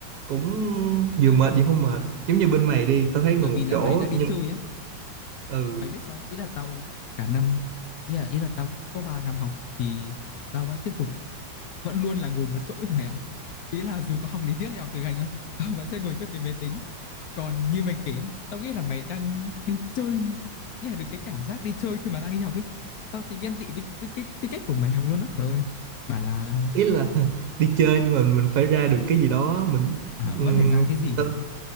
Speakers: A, on the right (about 60°); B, on the left (about 70°).
A: cũng vừa mệt vừa không mệt giống như bên mày
B: Ê,
A: đi tao thấy ngồi
B: bởi
A: một
B: vì là
A: chỗ
B: mày đang đi
A: nhưng
B: chơi nhá
A: ừ
B: mày biết sao không? ý là tao cả năm ý là ý là tao có 3 năm học thì tao vẫn tiếp tục vẫn luôn là ngồi một chỗ ấy mày ạ ý là dù có học lý thuyết hay học thực hành á tao vẫn sẽ ngồi trước cái máy tính còn như mày kể á, tao nghĩ là mày đang đi chơi nghe được cái cảm giác đi chơi khi mà đang đi học ấy tao thì ghen tị với, với cái, cái cách của mày học luôn á trời ơi bảo là
A: ý là <laughs> đi chơi nhưng mà mình phải ra được cái gì đó mình
B: à,
A: ừm,
B: vẫn phải ra cái gì hả
A: tao-